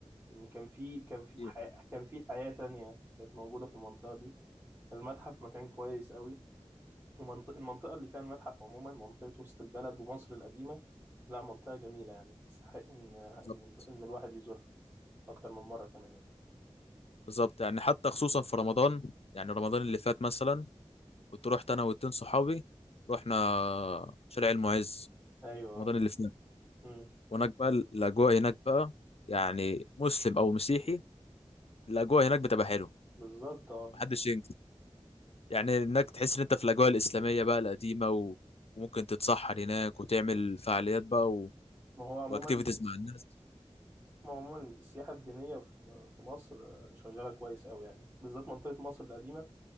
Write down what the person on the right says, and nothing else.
ان كان في كان في
حياه كان في حياه تانية كانت موجوده في المنطقه دي المتحف مكان كويس قوي ومنطقة المنطقة اللي فيها المتحف عموما منطقة وسط البلد ومصر القديمة لا منطقة جميلة يعني تستحق إن إن
إن الواحد يزورها أكتر من مرة كمان يعني
أيوه
أمم،
بالظبط أه
ما هو عموما
ما هو عموما السياحة الدينية في في مصر آه، شغالة كويس أوي يعني بالذات منطقة مصر القديمة